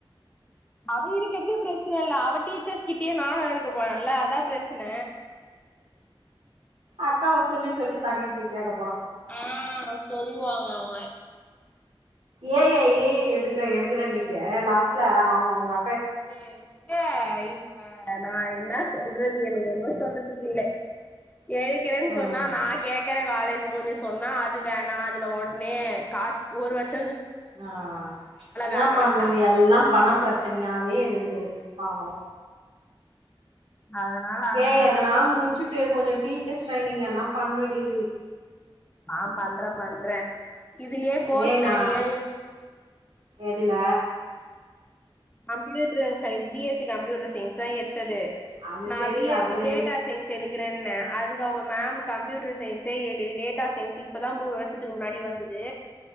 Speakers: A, on the left; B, on the right.
A: அவ இருக்கதே பிரச்சன இல்ல அவ டீச்சர்ஸ் கிட்டயே நானு இருக்க போரள அதா பிரச்சன
B: அக்காவ சொல்லி சொல்லி தங்கிச்சு கேட்க
A: ஆ சொல்லுவாங்க அவங்க
B: ஏ ஐ ஏ ஐ எடுக்கற எடுக்கறன்னட்டு லாஸ்ட்ல அவங்கங்வங்க
A: ஏ எங்க இவங்க நா என்ன சொல்றது எனக்கு ஒன்னு சொல்றதுக்கு இல்ல எடுக்கறேன்னு
B: ம்
A: சொன்னா நா கேக்கற காலேஜ் ஒன்னு சொன்னா அது வேணா அதுல உடனே காசு ஒரு வருஷ
B: ஆ என்னப்
A: வேணான்ட்டாங்க
B: பண்றது எல்லா பணம் பிரச்சனையாவே இரு இருக்குது பாவோ
A: அதனால அது
B: ஏய்
A: வேணான்னு
B: எதனா
A: சொல்லிட்டாங்க
B: முச்சுட்டு கொஞ்சொ டீச்சர்ஸ் ட்ரைனிங் என்னாப் பண்ணுடி
A: நா பண்ற பண்ற இதுலெயே கோர்ஸ்
B: ஏய் நா
A: நெறிய இ
B: எதுல
A: computer science B S C computer சயின்ஸ்தா எடுத் தது
B: அது
A: நா
B: செரி
A: பி எஸ்
B: அதுல
A: சி டேட்டா சயின்ஸ் எடுக் குறேன்ன அதுக்கு அவங்க மேம் கம்யூட்டர் சயின்ஸ்ஸே எடு டேட்டா சயின்ஸ் இப்பதா மூணு வருஷத்துக்கு முன்னாடி வந்து து